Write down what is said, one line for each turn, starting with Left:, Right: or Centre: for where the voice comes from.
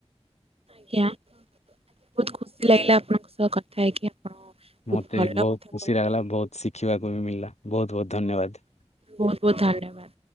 Right: ଆଜ୍ଞା ବହୁତ ଖୁସି ଲାଗିଲା ଆପଣଙ୍କ ସହ କଥା ହେଇକି। ଆପଣ ବହୁତ
Left: ମତେ
Right: ଭଲ
Left: ବି ବହୁତ
Right: କଥା
Left: ଖୁସି
Right: କହିଲେ
Left: ଲାଗିଲା ବହୁତ ଶିଖିବାକୁ ବି ମିଳିଲା ବହୁତ ବହୁତ ଧନ୍ୟବାଦ।
Right: ବହୁତ ବହୁତ ଧନ୍ୟବାଦ।